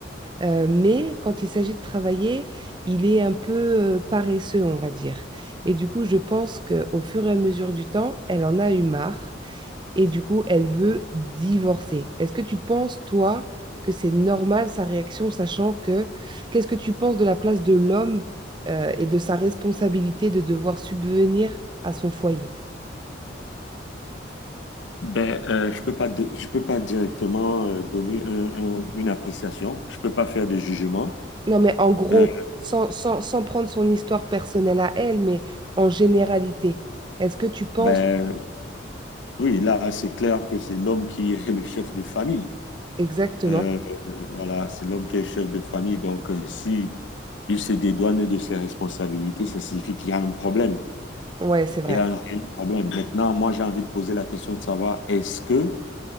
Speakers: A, on the right (about 25°); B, on the left (about 80°).
A: Euh, mais quand il s'agit de travailler, il est un peu euh, paresseux, on va dire. Et du coup, je pense qu'au fur et à mesure du temps, elle en a eu marre et du coup, elle veut divorcer. Est-ce que tu penses, toi, que c'est normal sa réaction, sachant que qu'est-ce que tu penses de la place de l'homme euh, et de sa responsabilité de devoir subvenir à son foyer?
B: Ben, euh, je peux pas, de- je peux pas directement euh, donner un- un- une appréciation. Je peux pas faire de jugement.
A: Non, mais en gros,
B: Euh,
A: sans, sans, sans prendre son histoire personnelle à elle, mais en généralité, est-ce que tu penses
B: ben, oui, là, c'est clair que c'est l'homme qui <laughs> est le chef de famille.
A: exactement?
B: Euh, voilà, c'est l'homme qui est chef de famille. Donc, euh, si il se dédouane de ses responsabilités, ça signifie qu'il y a un problème.
A: Ouais, c'est vrai.
B: Il y a un réel problème. Maintenant, moi, j'ai envie de poser la question de savoir est-ce que